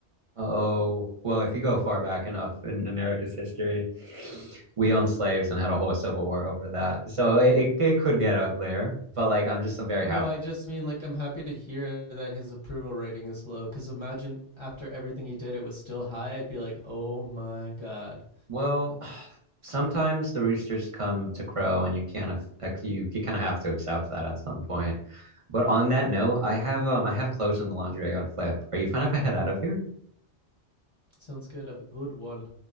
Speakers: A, on the right; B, on the left.
A: Oh, well, if you go far back enough in America's history, we owned slaves and had a whole civil war over that. So it, it, it could get uglier, but like I'm just I'm very
B: No,
A: happy.
B: I just mean like I'm happy to hear that his approval rating is low. Because imagine after everything he did, it was still high. I'd be like, oh my god,
A: Well, <sighs> sometimes the roosters come to crow and you can't af- ex- you, you kind of have to accept that at some point. But on that note, I have um I have clothes in the laundry I gotta flip. Are you fine if I head out of here?
B: sounds good. Have a good one.